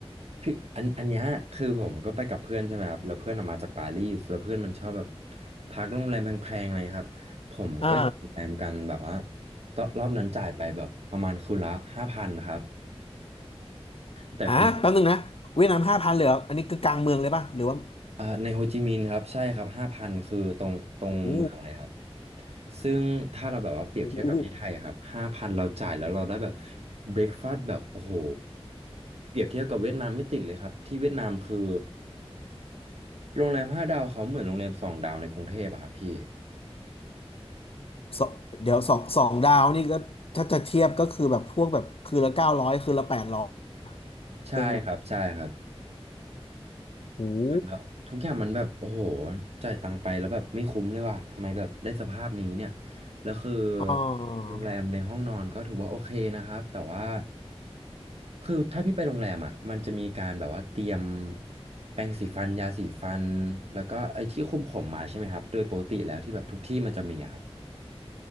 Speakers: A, on the right; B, on the left.
A: พี่อันอันเนี้ยคือผมก็ไปกับเพื่อนใช่ไหมครับแล้วเพื่อนออกมาจากปารีสแล้วเพื่อนมันชอบแบบพักโรงแรมแพงๆอะไรครับผมก็อยู่โรงแรมกันแบบว่า
B: อ่า
A: ตอนรอบนั้นจ่ายไปแบบประมาณคืนละห้าพันครับ แต่คือ
B: อ่ะแป๊บนึงนะเวียดนามห้าพันเลยเหรออันนี้คือกลางเมืองเลยป่ะหรือว่า
A: อ่าในโฮจิมินห์ครับใช่ครับห้าพันคือตรงตรงเมืองเลยครับ
B: โอ้โห
A: ซึ่งถ้าเราแบบว่าเปรียบเทียบกับที่ไทยอะครับห้าพันเราจ่ายแล้วเราได้แบบ
B: โอ้โห
A: เบร a ฟาส s t แบบโอ้โหเปรียบเทียบกับเวียดนามไม่ติดเลยครับที่เวียดนามคือโรงแรมห้าดาวเขาเหมือนโรงแรมสองดาวในกรุงเทพอะครับพี่
B: สองเดี๋ยวสองสองดาวนี่ก็ถ้าจะเทียบก็คือแบบพวกแบบคืนละเก้าร้อยคืนละแปดร้อย
A: ใช่ครับใช่ครับ
B: เจังโอ้โห
A: แบบทุกอย่างมันแบบโอ้โหจ่ายตังค์ไปแล้วแบบไม่คุ้มเลยว่ะทำไมแบบได้สภาพนี้เนี่ยแล้วคือ
B: อ่า
A: โรงแรมในห้องนอนก็ถือว่าโอเคนะครับแต่ว่าคือถ้าพี่ไปโรงแรมอ่ะมันจะมีการแบบว่าเตรียมแปรงสีฟันยาสีฟันแล้วก็ไอ้ที่คุมผมมาใช่ไหมครับโดยปกติแล้วที่แบบทุกที่มันจะมีอะครับ